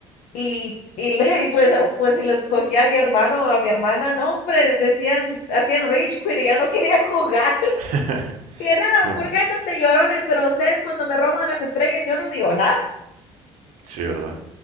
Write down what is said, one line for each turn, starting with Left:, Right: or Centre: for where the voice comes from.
Left: y, y, le- y pues, pues si les cogía a mi hermano o a mi hermana, no, hombre, decían, hacían rage quit y ya no querían jugar. <laughs>
Right: <laughs>
Left: Y era,
Right: No más.
Left: ¿por qué andan de llorones? Pero ustedes cuando me roban las estrellas, yo no digo nada.
Right: Sí, ¿verdad?